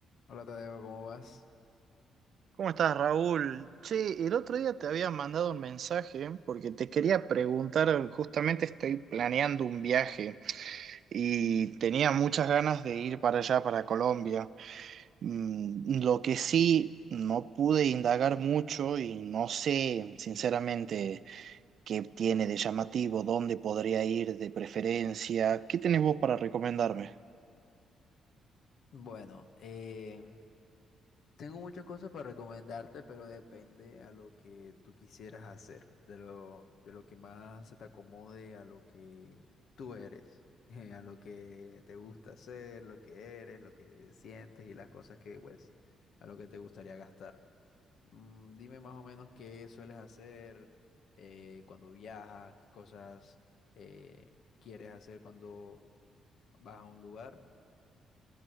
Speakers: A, on the left; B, on the right.
A: Hola Tadeo, ¿cómo vas?
B: ¿Cómo estás, Raúl? Che, el otro día te había mandado un mensaje porque te quería preguntar, justamente estoy planeando un viaje y tenía muchas ganas de ir para allá, para Colombia. Mm, Lo que sí, no pude indagar mucho y no sé, sinceramente, qué tiene de llamativo, dónde podría ir de preferencia. ¿Qué tenés vos para recomendarme?
A: Bueno, eh, tengo muchas cosas para recomendarte, pero depende a lo que tú quisieras hacer, de lo, de lo que más se te acomode a lo que tú eres, <laughs> eh, a lo que te gusta hacer, lo que eres, lo que sientes y las cosas que, pues, a lo que te gustaría gastar. Mm, dime más o menos qué sueles hacer eh, cuando viajas, qué cosas eh, quieres hacer cuando vas a un lugar.